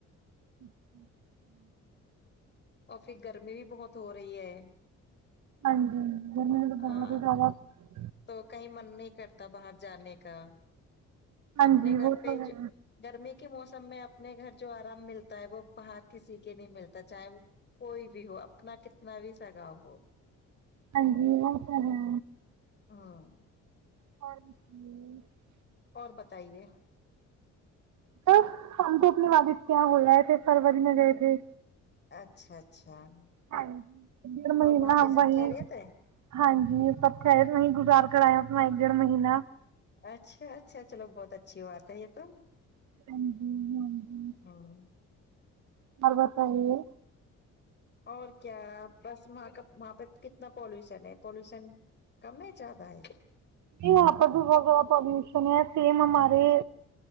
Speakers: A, on the right (about 70°); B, on the left (about 35°).
A: اچ <unintelligible>
B: اور پھر گرمی بھی بہت ہو رہی ہے
A: ہاں جی گ تو بہت
B: ہاں
A: ہی زیادہ <unintelligible>
B: تو کہیں من نہیں کرتا باہر جانے کا
A: ہاں
B: اپنے
A: جی
B: گھر
A: وہ
B: پہ
A: تو ہے
B: گرمی کے موسم میں آپ اپنے گھر جو آرام ملتا ہے وہ باہر کسی کے نہیں ملتا چاہے وہ کوئی بھی ہو اپنا کتنا بھی سگاؤ ہو
A: ہاں جی وہ پ تو ہے
B: ہاں
A: ہاں جی <unintelligible>
B: اور بتائیے
A: س ہم تو اپنی والادد کے یہاں بول رہے تھے فروری میں گئے تھے
B: اچھا اچھا اچ
A: ہاں جی ڈیڑھ
B: اور
A: مہینہ
B: وہاں پہ
A: ہم
B: سب
A: وہیں
B: خیریت ہے
A: ہاں جی سب خیر وہی گزار کرایا اپنا ایک ڈیڑھ مہینہ
B: اچھا اچھا چلو بہت اچھی ہو بات ہے یہ تو
A: ہاں جی ہاں جی
B: ہاں
A: اور بتائیے
B: اور کیا بس وہاں کا وہاں پہ کتنا پالوشن ہے پالوشن کم ہے زیادہ ہے
A: نہیں یہاں پر بھی بہت زیادہ پالوشن ہے سیم ہمارے